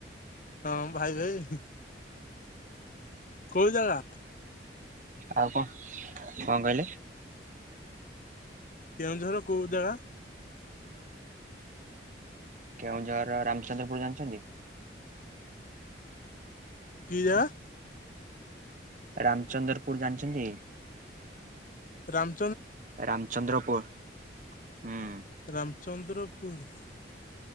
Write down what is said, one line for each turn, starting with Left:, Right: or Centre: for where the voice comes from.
Left: ହଁ ଭାଇ ଭାଇ। କୋଉ ଜାଗା?
Right: ଆଉ କଣ, କଣ କହିଲେ?
Left: କେଉଁଝରର କୋଉ ଜାଗା?
Right: କେଉଁଝରର ରାମଚନ୍ଦ୍ରପୁର ଜାଣିଛନ୍ତି?
Left: କି ଜାଗା?
Right: ରାମଚନ୍ଦ୍ରପୁର ଜାଣିଛନ୍ତି?
Left: ରାମ
Right: ରାମଚନ୍ଦ୍ରପୁର ହୁଁ।
Left: ରାମଚନ୍ଦ୍ରପୁର